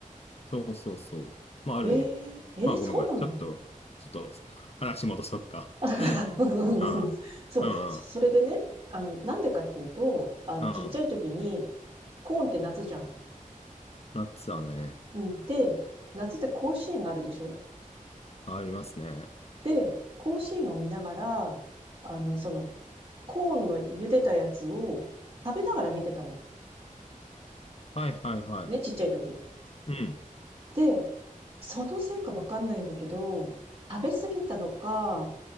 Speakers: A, on the left; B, on the right.
A: そうそうそう。まあ、あるんよ。
B: えー、えーそうなの
A: まあ、ごめんごめん。ちょっと、ちょっと、話戻そっか。
B: あ <laughs>
A: <laughs>
B: うんうんうん
A: ああ、
B: <laughs> そう、そそれでね、
A: う
B: あの、なんでかっていうと、あの、
A: んうん、
B: ちっちゃい時に、
A: うん。
B: コーンって夏じゃん。
A: 夏はね、
B: うん。で、夏って甲子園があるでしょ
A: ありますね。
B: で、甲子園を見ながら、あの、その、コーンの茹でたやつを食べながら見てたの。
A: はいはいはい。
B: ね、ちっちゃい時。
A: うん。
B: で、そのせいかわかんないんだけど、食べ過ぎたのか、